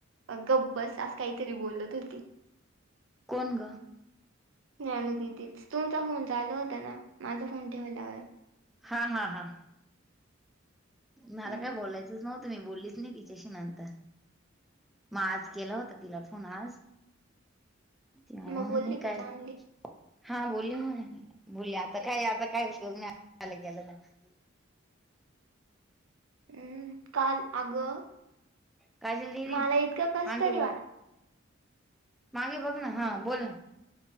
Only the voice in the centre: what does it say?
कोण ग?
हा हा हा. मला
काय बोलायचंच नव्हतं मी बोलीच नाही तिच्याशी नंतर. मग आज केला होता तिला फोन आज तला
<unintelligible>
म्ह
काय.
हा बोलली म्हणे मी बोलली आता काय आता काय उयोग नाहील गेलं. <unintelligible>
काजल दिदी
मागे
बघ मागे बघ ना, हा बोल ना,